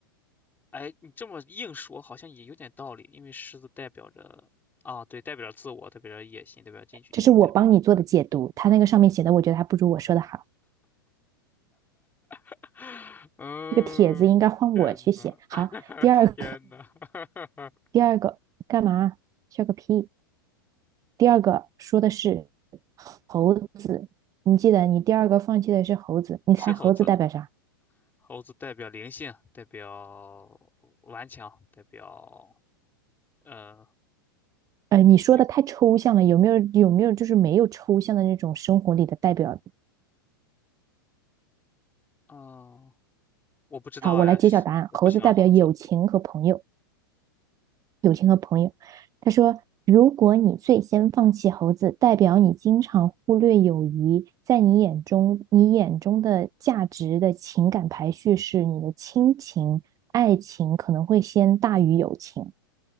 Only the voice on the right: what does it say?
这是我帮你做的解读，
他那个上面写的，我觉得还不如我说的好。
这个帖子应该换我去写。
好，第二个，
第二个干嘛？笑个屁！第二个说的是猴子，你记得你第二个放弃的是猴子，你猜猴子代表啥？
呃，你说的太抽象了，
有没有有没有就是没有抽象的那种生活里的代表？
好，我来揭晓答案，
猴子代表友情和朋友。友情和朋友。他说，如果你最先放弃猴子，代表你经常忽略友谊，在你眼中，你眼中的价值的情感排序是你的亲情、爱情可能会先大于友情，